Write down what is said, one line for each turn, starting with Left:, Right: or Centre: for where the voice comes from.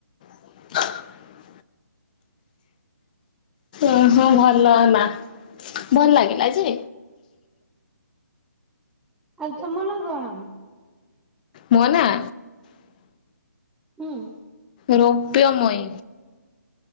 Left: <inaudible> ଓ ହୋ ଭଲ ହେଲା ଭଲ ଲାଗିଲା ଯେ,
Centre: ଆଉ ତମ ନା କଣ?
Left: ମୋ ନାଁ?
Centre: ହୁଁ।
Left: ରୌପ୍ୟମୟୀ।